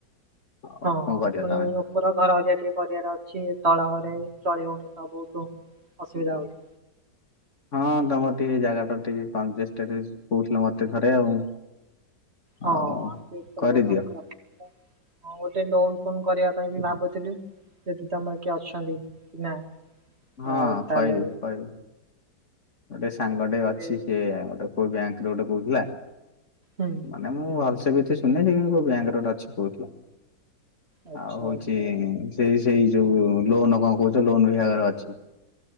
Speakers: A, on the left (about 45°); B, on the right (about 35°).
A: ଆଉ
B: ହଁ
A: କଣ କରିବା
B: ପୁଣି
A: ତମେ
B: <unintelligible> ଉପର ଘର ହରିଆ ଟିକେ କରିବାର ଅଛି ତଳ ଘରେ ଚଳି ହଉନି ତ ବହୁତୁ ଅସୁବିଧା ହଉଚି।
A: ହଁ ତମର ଟିକେ ଜାଗା ଟା ଟିକେ କଞ୍ଜଷ୍ଟେଡ କଉଥିଲ ମତେ ଥରେ ଆଉ।
B: ହଁ
A: ଆଉ
B: ସେ ଉପର
A: କରିଦିଅ।
B: ଘର ନ କଲା ହଁ ଗୋଟେ ଲୋନ ଫୋନ୍ କରିଆ ପାଇଁ ବି ଭାବୁଥିଲି। ସେଠି ତମର କିଏ ଅଛନ୍ତି ନା?
A: ହଁ
B: ଆଉ ତାହେଲେ
A: ଖହିବି କଇବି। ଗୋଟେ ସାଙ୍ଗ ଟେ ଅଛି
B: ଏ
A: ସେ ଗୋଟେ କୋଉ ବ୍ୟାଙ୍କରେ ଗୋଟେ କଉଥିଲା।
B: ହୁଁ।
A: ନ ମୁଁ ଭଲ ସେ ବି ତ ଶୁଣୁନି ସେ କୋଉ ବ୍ୟାଙ୍କରେ ଗୋଟେ ଅଛି କଉଥିଲା।
B: ଆଚ୍ଛା
A: ଆଉ ହଉଚି।
B: ଆଚ୍ଛା
A: ସେ ସେଇ ଯୋଉ ଲୋନ କଣ କହୁଚ ଲୋନ୍ ବିଭାଗରେ ଅଛି।